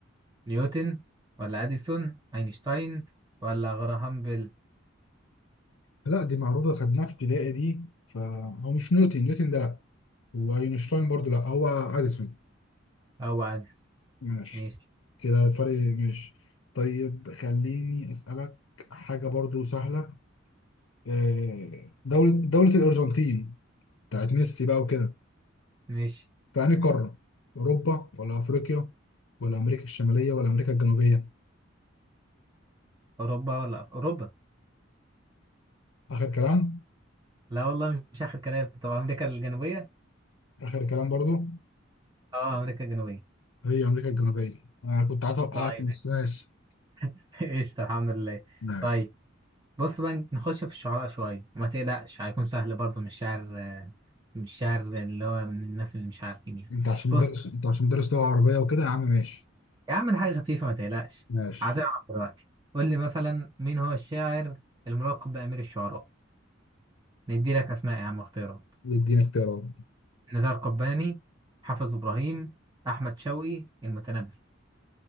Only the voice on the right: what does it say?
نيوتن ولا اديسون اينشتاين ولا غراهام بيل
او اديسون
ماشي
ماشي
اوروبا ولا اوروبا
لا والله مش آخر كلام طب أمريكا الجنوبية؟
أه أمريكا الجنوبية
طيب
<laughs> قشطة الحمد لله
طيب بص بقى نخش في الشعراء شوية وما تقلقش هيكون سهل برضه مش شعر آه، مش شعر اللي هو من الناس اللي مش عارفين يعني
بص
يا عم ده حاجة خفيفة ما تقلقش
هتعرف دلوقتي قول لي مثلا مين هو الشاعر الملقب بأمير الشعراء؟ ندي لك أسماء يا عم اختيارات
نزار قباني حافظ إبراهيم أحمد شوقي المتنبي